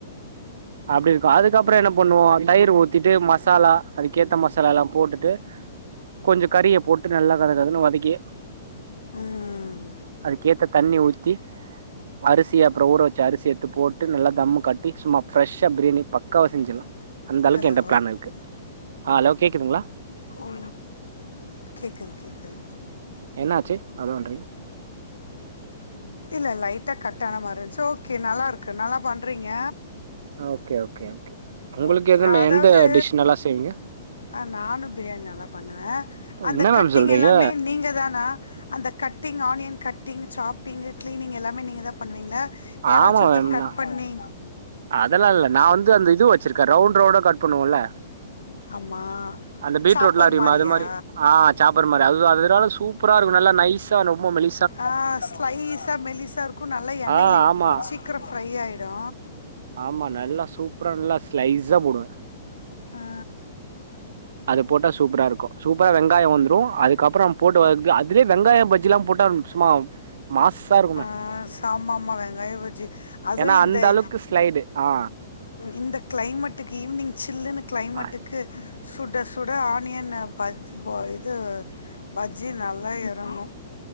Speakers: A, on the right; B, on the left.
A: அப்டி அதுக்கப்பறோ என்ன பண்ணுவோ தயிர் ஊத்திட்டு மசாலா அதுக்கேத்த மசாலா ல்லா போட்டுட்டு கொஞ்சோ கறிய போட்டு நல்லா கத கதன்னு வதக்கி
B: ம்
A: அதுக்கேத்த தண்ணி ஊத்தி அரிசி அப்பறோ ஊற அரிசி எடுத்து போட் டு நல்லா தம்மு கட்டி சும்மா ஃப்ரெஷா பிரியாணி பக்காவா செஞ்சிர்லா அந்த அளவுக்கு
B: ஹலோ
A: என்ட பிளான் இருக்கு ஆ ஹலோ கேக்குதுங்களா
B: ஓ கேக்குது கேக்குது
A: என்ன ஆச்சு ஹலோ ன்றிங்க
B: இல்ல லைட்டா கட் ஆன மாரி இருந்துச்சு ஓகே நல்லாருக்கு நல்லா பண்ணுறீங்க
A: ஓகே ஓகே ஓகே உங்களுக்கு
B: ஓகே
A: எதுவும்
B: அதாவ்து
A: எந்த டிஷ் நல்லா செய்வீங்க
B: ஆ நானு பிரியாணி நல்லா பண்ணுவே அந்த
A: என்ன
B: கட்டிங்
A: மேம் சொல்றீங்க
B: எல்லாமே நீங்க தானா அந்த கட்டிங் ஆனியன் கட்டிங் சாப்பிங்கு கிளீனிங் எல்லாமே நீங்க தா பண்ணுவீங்களா யாராச்சு
A: ஆமா
B: ஒர்த்தர்
A: மேம்னா
B: கட் பண்ணி
A: அதெல்லா இல்ல நா வந்து அந்த இது வச்சிருக்கே ரவுண்ட் ரவுண்டா கட் பண்ணுவோல்ல
B: ஆமா
A: அந்த பீட்ரூட்லா
B: சாப்பர்
A: அரியுமா
B: மாரியா
A: அது மாரி ஆ சாப்பர் மாரி அது அதனால சூப்பரா இருக்கு நல்லா நைஸ் ஸா ரொம்ப மெலி
B: ஆ ஸ்லைஸா மெலிஸா இருக்கு நல்லா எண்ணெய்லயு
A: ஆ ஆமா
B: சீக்கிரோ ஃப்ரை ஆயிடு
A: ஆமா நல்லா சூப்பரா நல்லா ஸ்லைஸா போடுவே
B: ஆ
A: அது போட்டா சூப்பரா இருக்கு சூப்பரா வெங்காயோ வந்துரு அதுக்கப்பறம் போட்டு வதக்கு அது அதுலயே வெங்காய பஜ்ஜிலா போட்டா சும்மா மாசா இருக்கும
B: அ சா மாம்மா வெங்காய பஜ்ஜி அதுவு
A: ஏனா
B: இந்த
A: அந்த அளவுக்கு ஸ்லைடு ஆ
B: இந்த கிளைமேட்டுக்கு ஈவினிங் சில்லுன்னு கிளைமேட்டுக்கு
A: ஆ
B: சுட சுட ஆனியன் அ பஜ் போ இது பஜ்ஜி நல்லா எறங்கு